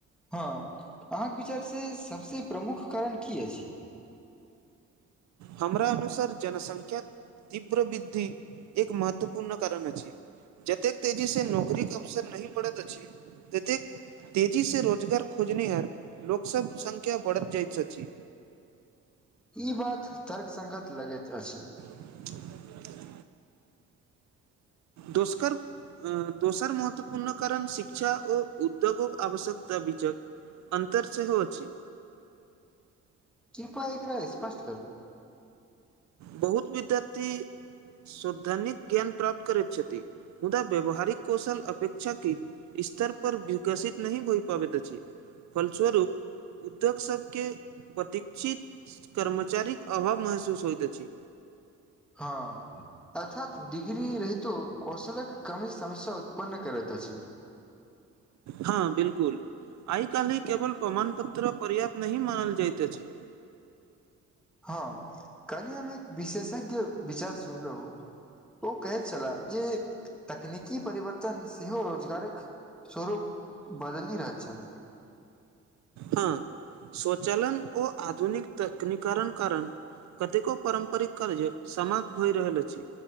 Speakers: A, in the centre; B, on the right.
A: हँ अहाँक विचारसे सभसे प्रमुख कारण की अछि
B: हमरा अनुसार जनसंख्या तीव्र वृद्धि एक महत्वपूर्ण कारण अछि जतेक तेजी से नौकरीके अवसर नहि पड़ैत अछि ततेक तेजी से रोजगार खोजनिहार लोकसब संख्या बढ़ जाइत अछि
A: ई बात तर्क संगत लगैत अछि
B: <inaudible> दोष्कर अ दोसर महत्वपूर्ण कारण शिक्षा ओ उद्योगक आवश्यकता बीचक अन्तर सेहो अछि
A: किपा एकरा स्पष्ट करू
B: बहुत विद्यार्थी सौद्धाानिक ज्ञान प्राप्त करैत छथि मुदा व्यवहारिक कौशल अपेक्षा के स्तर पर विकसित नहि होय पाबैत छै फलस्वरूप उद्योग सब के प्रतिक्षित कर्मचारीक अभाव महसूस होइत अछि
A: हँ अर्थात डिग्री रहितो कौशलक कमी समस्या उत्पन्न करत अछि
B: हँ बिलकुल आइ काल्हि केवल प्रमाण पत्र पर्याप्त नहि मानल जाइत अछि
A: हँ कनी हम एक विशेषज्ञ विचार सुनलहुं ओ कहैत छलाह जे तकनीकी परिवर्तन सेहो रोजगारक स्वरूप बदलि रहैत छलै
B: हँ स्वचालन ओ आधुनिक तकनीकरण कारण कतेको पारम्परिक कार्य समाप्त होइ रहल अछि